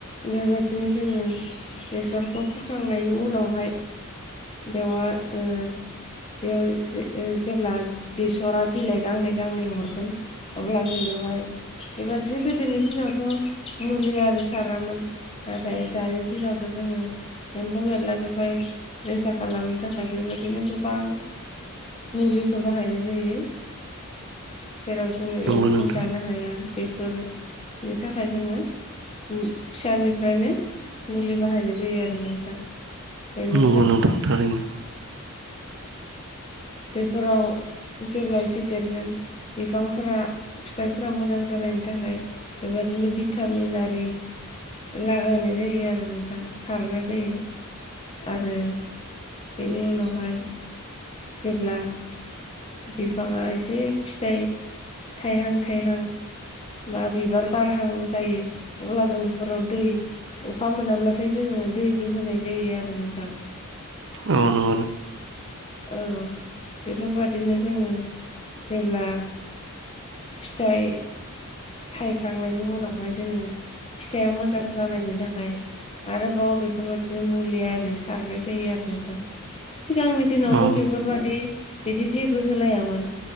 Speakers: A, on the left (about 25°); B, on the right (about 55°).
A: बेबायदिनो जोङो बेसरखौ फोखांनायनि उनावहाय। बेवआ ओ बेयाव जे ओ जेब्ला बेसरा बिलाइ गांनै-गांनै हरगोन। अब्ला जों बेवहाय बेबादिनो गोदोनि दिनावथ' मुलि आरो सारामोन नाथाय दानि दिनावथ' जोङो एम्फौ एनलानिफ्राय रैखा खालामनो थाखाय बेबायदिनो गोबां। मुलिफोर बाहायनाय जायो। जेराव जोङो
B: नंगौ
A: एम्फौ
B: नोंथां
A: जानो हाया बेफोरनि थाखाय जोङो। फिसानिफ्रायनो मुलि बाहायनाय जायो आरो नोंथां बेनि
B: नंगौ नोंथां थारैनो।
A: बेफोराव जेब्लासे देरगोन बिफांफोरा फिथाइफोरा मोजां जानाय थाखाय बेबायदिनो भिटामिन आरि। लागायनाय जायो आरो नोंथां सारनाय जायो। आरो बेनि उनावहाय जेब्ला बिफाङा एसे फिथाइ थाइहां-थाइहां। बा बिबार बारहां जायो अब्ला जों बेफोराव दै। अखा मोनाब्लाथाय जोङो दैबो होनाय जायो आरो नोंथां।
B: औ नं
A: औ बेफोरबादिनो जोङो जेब्ला फिथाइ थायखांनायनि उनावहाय जोङो फिथाइआ मोजां जानायनि थाखाय आरोबाव बेफोरबायदिनो मुलि आरि सारनाय जायो आरो नोंथां। सिगांनि दिनावथ'
B: औ
A: बेफोरबायादि बिदि जेबो होलायामोन।